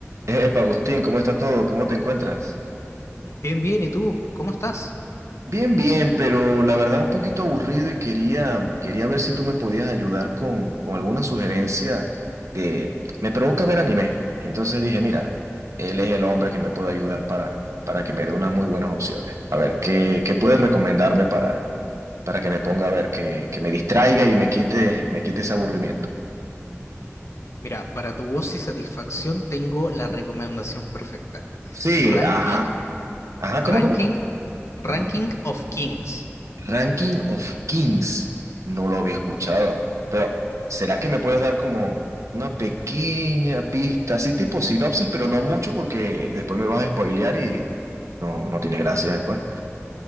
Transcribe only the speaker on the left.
Bien, bien, ¿y tú? ¿Cómo estás?
Mira, para tu voz y satisfacción tengo la recomendación perfecta.
Ranking,
ranking,
ranking
of Kings.